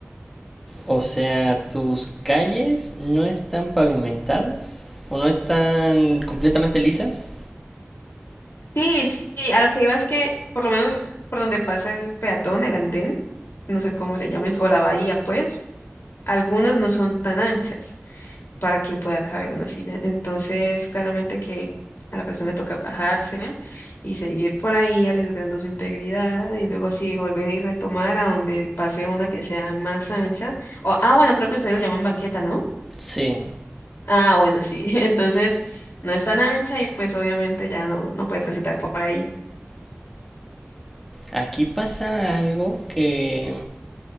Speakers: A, in the centre; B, on the left.
A: O sea, tus calles no están pavimentadas o no están completamente lisas.
B: Sí, sí, a lo que iba es que por lo menos por donde pasa el peatón, el andén, no sé cómo le llames, o la bahía, pues, algunas no son tan anchas. para que pueda caber una silla. Entonces, claramente que a la persona le toca bajarse y seguir por ahí arriesgando su integridad y luego sí volver y retomar a donde pase una que sea más ancha. O, ah, bueno, creo que ustedes lo llaman banqueta, ¿no?
A: Sí,
B: Ah, bueno, sí. <laughs> Entonces, no es tan ancha y pues obviamente ya no, no puede transitar por ahí.
A: aquí pasa algo que